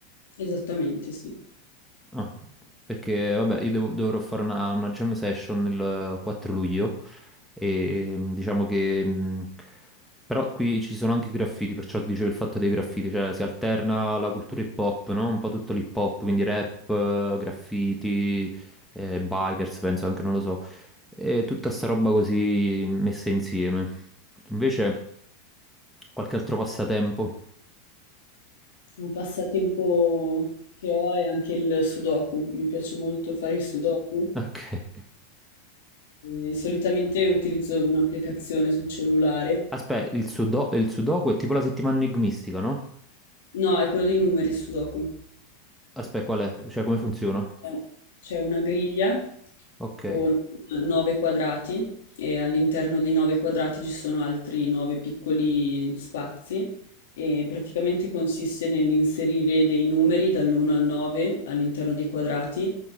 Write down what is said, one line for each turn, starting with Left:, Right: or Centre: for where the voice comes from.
Left: Esattamente, sì.
Centre: Ah, perché vabbè, io devo- dovrò fare una, una jam session il eh, 4 luglio e mm, diciamo che... mm, Però qui ci sono anche i graffiti, perciò ti dicevo il fatto dei graffiti, cioè si alterna la cultura hip hop, no? Un po' tutto l'hip hop, quindi rap, eh, graffiti, eh, bikers, penso anche, non lo so. E tutta sta roba così messa insieme. Invece, qualche altro passatempo.
Left: Un passatempo che ho è anche il sudoku, mi piace molto fare i sudoku.
Centre: <laughs> Ok.
Left: E solitamente utilizzo un'applicazione sul cellulare.
Centre: Aspetta, il sudo- il sudoku è tipo la settimana enigmistica, no?
Left: No, è quello dei numeri, il sudoku.
Centre: Aspetta, qual è? Cioè, come funziona?
Left: Eh, C'è una griglia
Centre: Ok.
Left: con 9 quadrati e all'interno dei 9 quadrati ci sono altri 9 piccoli spazi e praticamente consiste nell'inserire dei numeri dall'1 al 9 all'interno dei quadrati,